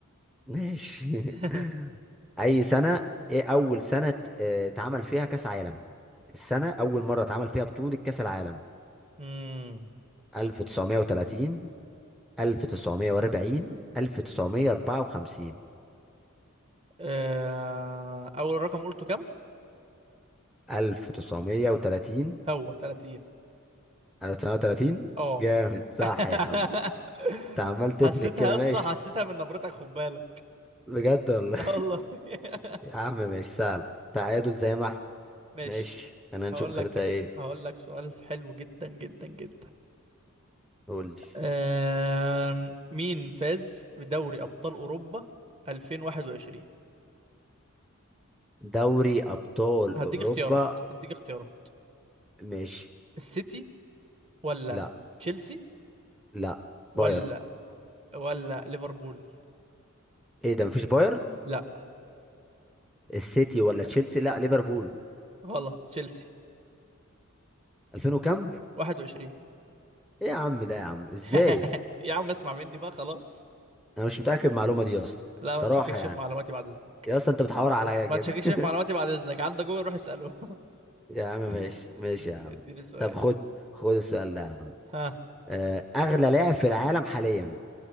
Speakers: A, in the centre; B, on the right.
A: ماشي <laughs>
B: <laughs>
A: اي سنة ايه اول سنة اه، اتعمل فيها كاس عالم السنة اول مرة اتعمل فيها بطولة كاس العالم
B: امم
A: 1930 1940 1954
B: آه... اول رقم قلته كام
A: 1930
B: هو 30
A: 1930
B: اه
A: جامد صح
B: <laughs>
A: يا عم انت عمال تفلك
B: حسيتها
A: كده
B: يا
A: ماشي
B: اسطى حسيتها من نبرتك خد بالك
A: بجد والله
B: اه والله <laughs>
A: يا عم مش سهل تعادل زي ما احنا
B: ماشي
A: ماشي خلينا نشوف
B: هقول
A: اخرتها
B: لك
A: ايه
B: هقول لك سؤال حلو جدا جدا جدا
A: قول لي
B: أم... مين فاز بدوري أبطال أوروبا 2021
A: دوري ابطال
B: هديك
A: اوروبا
B: اختيارات هديك اختيارات
A: ماشي
B: السيتي ولا
A: لا
B: تشيلسي
A: لا
B: ولا
A: باير
B: ولا ليفربول
A: ايه ده مفيش باير
B: لا
A: السيتي ولا تشيلسي لا ليفربول
B: غلط تشيلسي
A: 2000 وكم
B: 21
A: ايه يا عم ده يا عم ازاي
B: <laughs> يا عم اسمع مني بقى خلاص
A: انا مش متاكد من المعلومه دي يا اسطى
B: لا
A: بصراحه
B: ما تشككش
A: يعني
B: في معلوماتي بعد إذنك
A: يا اسطى انت بتحاور عليا كده
B: ما تشككش
A: <laughs>
B: في معلوماتي بعد إذنك عندك جوجل روح اسأله
A: يا عم
B: <laughs>
A: ماشي ماشي يا عم
B: اديني سؤال
A: طب خد خد السؤال ده يا عم
B: ها
A: آه، اغلى لاعب في العالم حاليا